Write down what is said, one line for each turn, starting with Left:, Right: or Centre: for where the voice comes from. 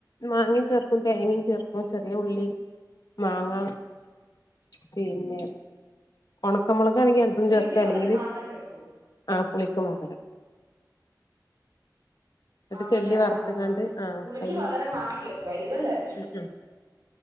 Left: മാങ്ങേം ചേർക്കും തേങ്ങേം ചേർക്കും ചെറിയ ഉള്ളി മാങ്ങ പിന്നെ ഒണക്കമുളക് ആണെങ്കി അതും
Right: പുളിക്ക്
Left: ചേർക്കാ
Right: പകരം
Left: അല്ലെങ്കില്
Right: മാങ്ങ ചേർക്കുവോ
Left: ആഹ്‌ പുളിക്ക് പകരം ഇന്നെട്ട്
Right: ആണല്ലേ
Left: ചെള്ളി വറ്ത്ത്ങ്ങാണ്ട്
Right: ആഹ്
Left: ആഹ്‌
Right: പുളിക്ക്
Left: അയില്
Right: പകരം മാങ്ങ ചേർക്കുമായിരിക്കും അല്ലേ
Left: ഉം ഉം